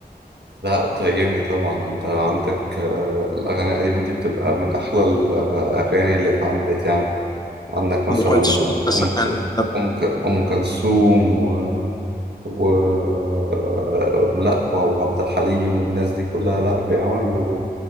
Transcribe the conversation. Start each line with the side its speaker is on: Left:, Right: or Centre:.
Right: لا بتهاجمني طبعا انت عندك آه، الاغاني القديمة دي بتبقى من احلى الاغاني اللي اتعملت يعني عندك مثلا
Left: ام كلثوم مثلا
Right: أم ك... أم ك... أم كلثوم و... و... لا و- وعبد الحليم والناس دي كلها لا بيعملوا